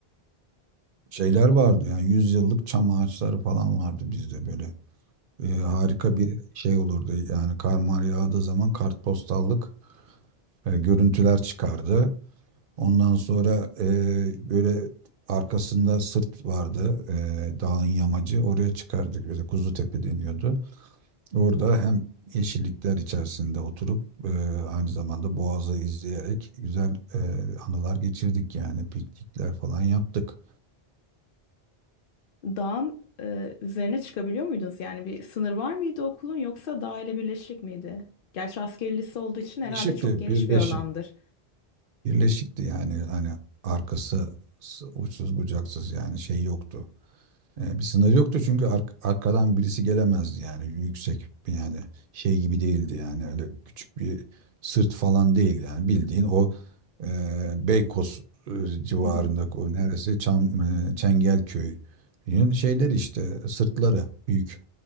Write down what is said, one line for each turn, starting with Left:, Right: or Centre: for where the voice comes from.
Right: Şeyler vardı yani yüzyıllık çam ağaçları falan vardı bizde böyle. Ee, harika bir şey olurdu yani kar mar yağdığı zaman kartpostallık e, görüntüler çıkardı. Ondan sonra e, böyle arkasında sırt vardı e, dağın yamacı oraya çıkardık. Böyle Kuzutepe deniyordu. Orada hem yeşillikler içerisinde oturup e, aynı zamanda Boğaz'ı izleyerek güzel e, anılar geçirdik yani piknikler falan yaptık.
Left: Dağın e, üzerine çıkabiliyor muydunuz? Yani bir sınır var mıydı okulun yoksa dağ ile birleşik miydi? Gerçi askeri lise olduğu için herhalde
Right: Birleşikti,
Left: çok geniş
Right: birleşik.
Left: bir alandır.
Right: Birleşikti yani hani arkası s- uçsuz bucaksız yani şey yoktu. E, bir sınır yoktu çünkü ark- arkadan birisi gelemezdi yani yüksek bir yani şey gibi değildi yani öyle küçük bir sırt falan değil yani bildiğin o e, Beykoz e, civarındaki
Left: Hı hı.
Right: o neresi Çam, e, Çengelköy'ün şeyleri işte sırtları büyük